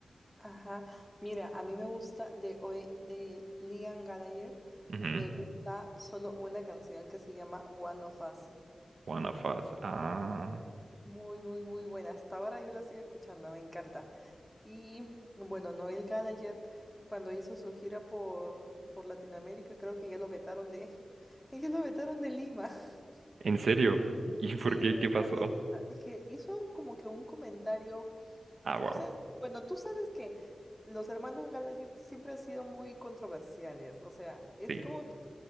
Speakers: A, in the centre; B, on the right.
A: Ajá, mira, a mí me gusta de hoy de Liam Gallagher,
B: Ujú.
A: me gusta solo una canción que se llama One of Us.
B: One of Us. Ah.
A: Muy, muy, muy buena. Hasta ahora yo la sigo escuchando, me encanta. Y bueno, Noel Gallagher, cuando hizo su gira por, por Latinoamérica, creo que ya lo vetaron de, <laughs> ya lo vetaron de Lima. <laughs>
B: ¿En serio? ¿Y
A: Sí,
B: por qué?
A: lo vetaron
B: ¿Qué pasó?
A: de Lima. Es que hizo como que un comentario.
B: Ah, wow.
A: O sea, bueno, tú sabes que los hermanos Gallagher siempre han sido muy controversiales, o sea, es
B: Sí.
A: como que,